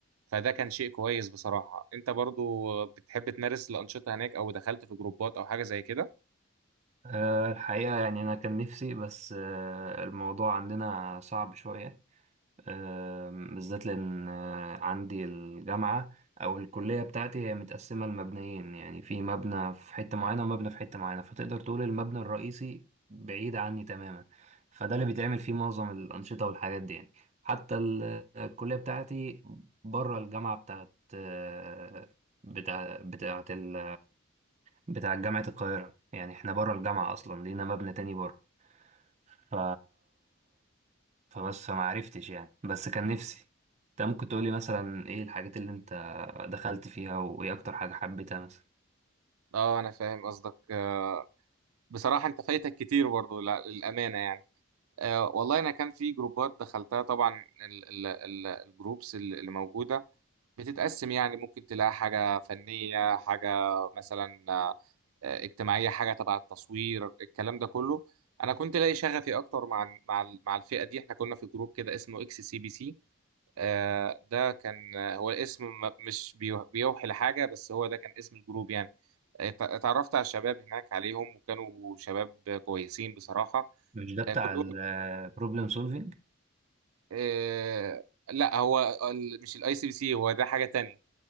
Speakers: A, on the right (about 90°); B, on the right (about 30°).
A: فده كان شيء كويس بصراحه انت برضو بتحب تمارس الانشطه هناك او دخلت في جروبات او حاجه زي كده
B: آه، الحقيقة يعني أنا كان نفسي بس آه، الموضوع عندنا صعب شوية آم، بالذات لأن آه، عندي الجامعة أو الكلية بتاعتي هي متقسمة لمبنيين يعني في مبنى في حتة معينة ومبنى في حتة معينة فتقدر تقول المبنى الرئيسي بعيد عني تماما فده اللي بيتعمل فيه معظم الأنشطة والحاجات دي يعني حتى ال- الكلية بتاعتي بره الجامعة بتاعت آه، بتاع بتاعت ال بتاع جامعة القاهرة يعني احنا بره الجامعة أصلا لينا مبنى تاني بره ف فبس ما عرفتش يعني بس كان نفسي انت ممكن تقولي مثلا ايه الحاجات اللي انت دخلت فيها وايه اكتر حاجة حبيتها مثلا
A: اه انا فاهم قصدك آه، بصراحه انت فايتك كتير برضه لا- للامانه يعني آه، والله انا كان في جروبات دخلتها طبعا ال- ال- ال- الجروبس ال- اللي موجوده بتتقسم يعني ممكن تلاقي حاجه فنيه حاجه مثلا آه، اجتماعيه حاجه تبع التصوير الكلام ده كله انا كنت لاقي شغفي اكتر مع مع مع الفئه دي احنا كنا في جروب كده اسمه اكس سي بي سي آه، ده كان آه، هو الاسم م- مش بيو- بيوحي لحاجة بس هو ده كان اسم الجروب يعني آه، ت- اتعرفت على الشباب هناك عليهم وكانوا شباب كويسين بصراحة
B: مش ده بتاع
A: آه، كلهم
B: البروبلم سولفينج
A: آه، لا هو ال- مش الاي سي بي سي هو ده حاجة تانية